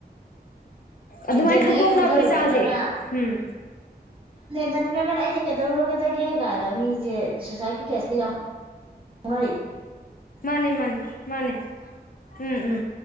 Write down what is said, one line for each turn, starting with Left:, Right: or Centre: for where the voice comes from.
Left: ꯑꯗꯨꯃꯥꯏꯅ
Right: ꯍꯦꯟꯖꯟꯅ
Left: ꯈꯟꯇꯣꯛꯅꯕꯒꯤ
Right: ꯍꯦꯛ ꯈꯟꯖꯜꯂꯨꯔꯒꯅ
Left: ꯆꯥꯡꯁꯦ ꯎꯝ꯫
Right: ꯍꯖꯤꯟꯈ꯭ꯔꯒꯅ ꯑꯩꯗ ꯀꯩꯗꯧꯔꯒꯗꯒꯦ ꯀꯥꯏꯅ ꯃꯤꯁꯦ ꯁꯨꯁꯥꯏꯠꯀꯤ ꯀꯦꯁꯇ ꯌꯥꯎ ꯌꯥꯅꯔꯤ꯫
Left: ꯃꯥꯅꯤ ꯃꯥꯅꯤ ꯃꯥꯅꯤ ꯎꯝ ꯎꯝ